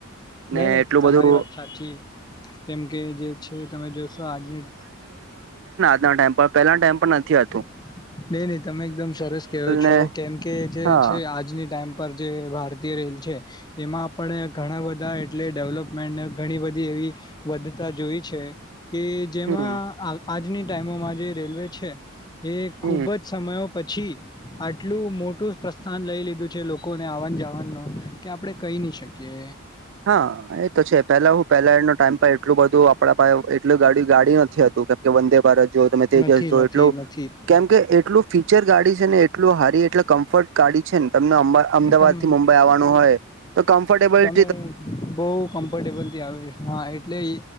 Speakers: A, on the left; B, on the right.
A: નઈ
B: ને
A: નઈ
B: એટલું
A: તમારી
B: બધું
A: વાત સાચી કેમ કે જે છે તમે જોશો આજની
B: ના ટાઈમ પર પહેલા ના ટાઈમ પર નથી હાલતું
A: <inaudible> નહીં નહી તમે એકદમ સરસ કહો છો
B: ને
A: કેમકે જે
B: હા
A: છે આજની ટાઈમ પર જે ભારત તીય રેલ છે, એમાં આપણે ઘણા બધા એટલે ડેવલપમેન્ટ ઘણી બધી એવી વધ તા જોઈ છે. કે જેમાં
B: હમ
A: આ આજની ટાઈમોમાં જે રેલવે છે એ ખૂબ
B: હમ
A: જ સમયો પછી આટલું મોટું પ્રસ્થાન લઈ લીધું છે લોકોને આવન જાવનનું, કે આપણે કઈ કઈ ની શકીએ.
B: હા એ તો છે, પેલા હું પેલાનો ટાઈમ ભાઈ એટલું બધું આપણા પાહે હોય, એટલું ગાડી ગાડી નથી હતું, કેમકે વંદે ભારત જો તમે <inaudible> તો
A: નથી નથી
B: એટલું
A: નથી
B: કેમ કે એટલું ફી ચર ગાડી છે ને, એટલું હારી એટલે કમ્ફર્ટ ગાડી છે ને તમને અમા અમદાવાદ
A: તમે
B: થી મુંબઈ આવવાનું હોય તો કમ્ફર્ટેબલ
A: મે બહુ કમ્ફર્ટેબલ થી આવે રહીશું, હા એટલે ઇ